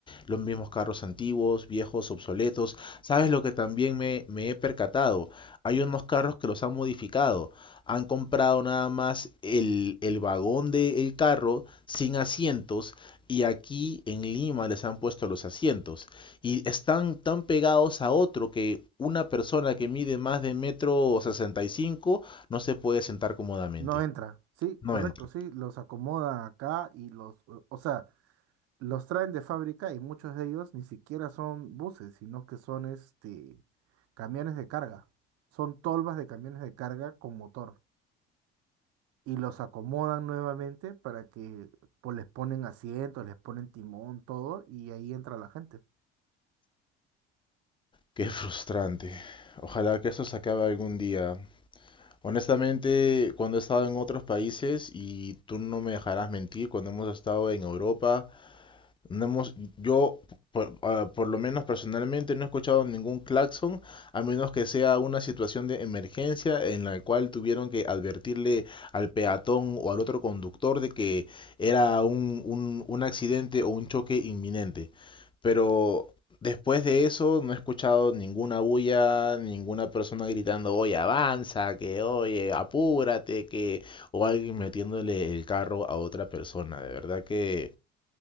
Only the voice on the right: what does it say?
No entra. Sí,
correcto,
sí. Los acomodan acá y los, o o sea, los traen de fábrica y muchos de ellos ni siquiera son buses, sino que son este camiones de carga. Son tolvas de camiones de carga con motor. Y los acomodan nuevamente para que pues, les ponen asientos, les ponen timón, todo, y ahí entra la gente.